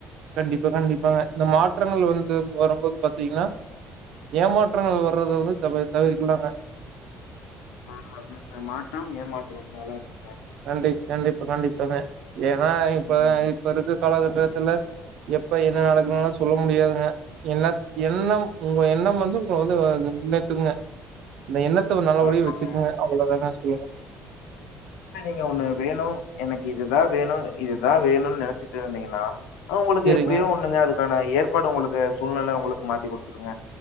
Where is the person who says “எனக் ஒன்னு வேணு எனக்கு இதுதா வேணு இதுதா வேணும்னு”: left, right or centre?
Left